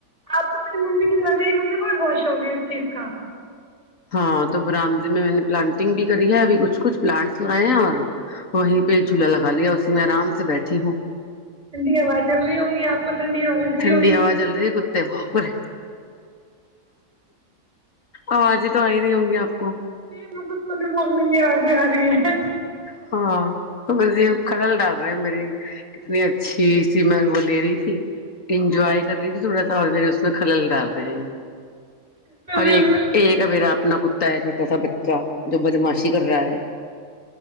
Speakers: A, on the right; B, on the left.
A: آپ کو میری ممی کی طرح میری ممی کون بہت شوق ہے اس چیز کا
B: ہاں تو برامد میں نے پلانٹنگ بھی کری ہے ابھی کچھ کچھ پلانٹس لگائے ہیں اور وہیں پہج
A: جی
B: جھولا لگا لیا اس میں آرام سے بیٹھی ہوں
A: ٹھڈی ہوا چل رہی ہوں گی آپ کو ٹھنڈی ہوا رہی
B: ٹنڈی
A: ہوگی
B: ہوا چل رہی ہے کتے وہ بے آوازیں تو آئی رہی ہوں گی آپ کو
A: د کھ تو بھی بھگنے کی آازیں آ رہی ہیں
B: ہاں تو می کدل ڈال رہے ہو میری اتنی اچھی سی میں وہ لے رہی تھی انجوائے کر رہی تھی تھوڑا سا اور مے کھلل ڈال رہے ہیں اور
A: بالکل
B: ایک ایک ابھی آپ اپنا کتا ہے چھوٹا سا بچہ جو بدماشی کر رہا ہے